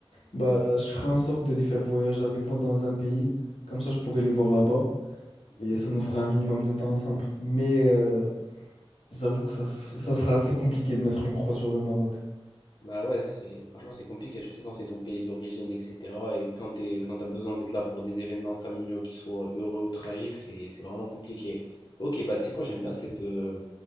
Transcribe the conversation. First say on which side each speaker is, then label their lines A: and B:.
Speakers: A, on the left; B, on the left.
A: bah je ferai en sorte de les faire voyager avec moi dans un pays, comme ça je pourrais les voir là-bas et ça nous fera un minimum de temps ensemble. Mais euh, j'avoue que ça, f- ça sera assez compliqué de mettre une croix sur le Maroc.
B: Bah ouais, c'est franchement c'est compliqué, surtout quand c'est ton pays d'origine, etc. Et quand t'es, quand t'as besoin d'être là pour des événements familiaux qui soient heureux ou tragiques, c'est c'est vraiment compliqué. Ok, bah tu sais quoi, j'aime bien cette, euh,